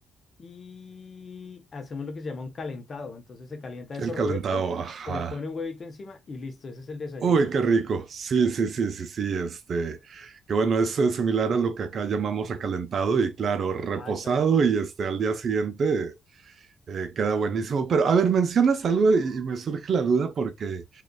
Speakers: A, on the left; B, on the right.
A: y hacemos lo que se llama un calentado. Entonces se calienta eso
B: El calentado,
A: revuelto,
B: ajá.
A: se le pone un huevito encima y listo, ese es el desayuno.
B: Uy, qué rico. Sí, sí, sí, sí, sí. Este, que bueno, es eh, similar a lo que acá llamamos recalentado y claro, reposado
A: Ah, exacto.
B: y este, al día siguiente Eh, queda buenísimo. Pero a ver, mencionas algo y, y me surge la duda porque